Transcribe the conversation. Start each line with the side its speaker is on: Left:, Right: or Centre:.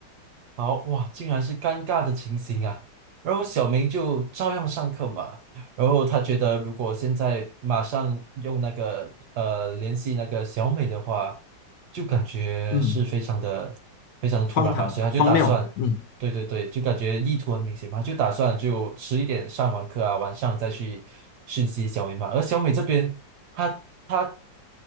Right: 好哇，竟然是尴尬的情形啊！然后小明就照样上课嘛。然后他觉得，如果现在马上用那个呃联系那个小美的话，就感觉是非常的非常突然嘛，
Left: 嗯，荒唐荒谬。
Right: 所以他就打算，
Left: 嗯，
Right: 对对对，就感觉意图很明显嘛，就打算就迟一点上完课啊，晚上再去讯息小美嘛。而小美这边，她她